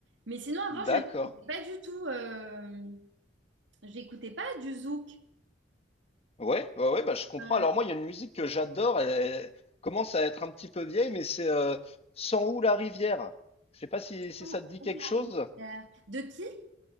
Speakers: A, on the right; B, on the left.
A: Mais sinon,
B: D'accord.
A: avant, je n'écoutais pas du tout, euh, j'écoutais pas du zouk.
B: Ouais, ouais, ouais, bah, je comprends.
A: Euh,
B: Alors, moi, il y a une musique que j'adore. Elle commence à être un petit peu vieille, mais c'est euh, Sans où la rivière. Je sais pas si, si
A: oh,
B: ça te dit
A: oh,
B: quelque
A: la
B: chose.
A: misère. De qui?